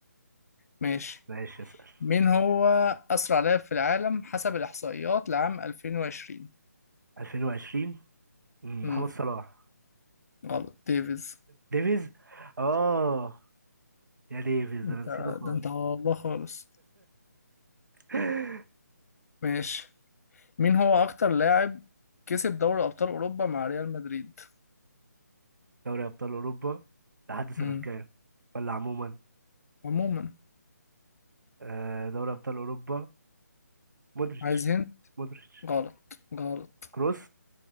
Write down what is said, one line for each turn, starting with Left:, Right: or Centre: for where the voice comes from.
Left: ماشي
Right: ماشي اسأل
Left: مين هو اسرع لاعب في العالم حسب الاحصائيات لعام 2020
Right: 2020 امم
Left: امم
Right: محمد صلاح
Left: غلط ديفيز
Right: ديفيز اه يا ديفيز
Left: انت
Right: ده انا نسيته خالص
Left: ده انت على الله خالص
Right: <laughs>
Left: ماشي مين هو أكتر لاعب كسب دوري أبطال أوروبا مع ريال مدريد؟
Right: دوري ابطال اوروبا لحد سنة
Left: مم.
Right: كام ولا عموما
Left: عموما
Right: آه دوري ابطال اوروبا مودريتش
Left: عايزين
Right: مودريتش
Left: غلط غلط
Right: كروس